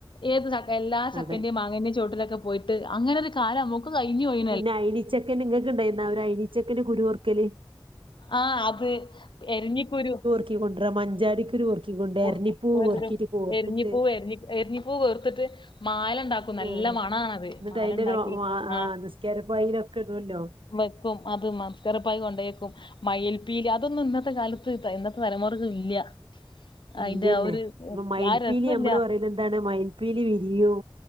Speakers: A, on the left (about 70°); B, on the right (about 85°).
A: ഏത് ചക്ക, എല്ലാ ചക്കന്റെയും
B: അതെ
A: മാ ങ്ങന്റെയും ചോട്ടിലൊക്കെ പോയിട്ട് അങ്ങനെ ഒരു കാലം നമ്മക്കു ക്കെ കയിഞ്ഞോയി
B: പിന്നെ ഐനിച്ചക്കന്റെ ങ്ങക്ക് ണ്ടായിരിന്നോ ഒരയിനിച്ചക്കന്റെ കുരു പൊറുക്കല്?
A: ആഹ്, അത് എരിഞ്ഞിക്കുരു
B: ക്കി, കൊണ്ടര മഞ്ചാടി കുരു പൊർക്കിക്കിക്കൊണ്ട്,
A: പൂവെന്തരും
B: എരഞ്ഞിപ്പൂ പെറുക്കിട്ട് കോർത്തിട്ട്
A: എരിഞ്ഞിപ്പൂവ് എരിഞ്ഞി എരിഞ്ഞിപ്പൂ വേർത്തിട്ട് മാലണ്ടാക്കും നല്ല
B: ആഹ്
A: മണാണത്
B: എന്നിട്ട്
A: മാലണ്ടാക്കി
B: അയിന്റെ ഒരു വാ ആ
A: ആഹ്
B: നിസ്കാരപ്പായിലൊക്കെ ഇടല്ലോ
A: വെക്കും അത് മസ്കരപ്പായി കൊണ്ടേക്കും. മയിൽ‌പീലി അതൊന്നും ഇന്നത്തെ കാലത്ത് ഇന്നത്തെ തലമുറക് ഇല്ല
B: ഇല്യന്നെ,
A: അയിന്റെ ആ ഒരു
B: പിന്നെ മയൽപ്പീലി
A: ആ രസല്ല
B: നമ്മള് പറയലെന്താണ് മയിൽപ്പീലി വിരിയും